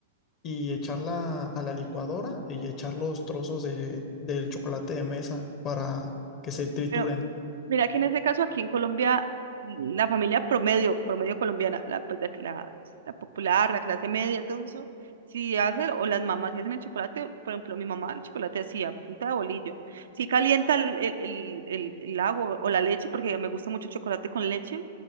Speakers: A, on the left; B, on the right.
A: y echarla a la licuadora y echar los trozos de, del chocolate de mesa para que se trituren.
B: pero Mira que en ese caso aquí en Colombia, mm, la familia promedio, promedio colombiana, la, pues, la, la- la popular, la clase media, todo eso, si hace, o las mamás si hacen el chocolate, por ejemplo, mi mamá el chocolate hacía a punta de bolillo. si calienta el, el, el, el- el agua o la leche, porque me gusta mucho el chocolate con leche,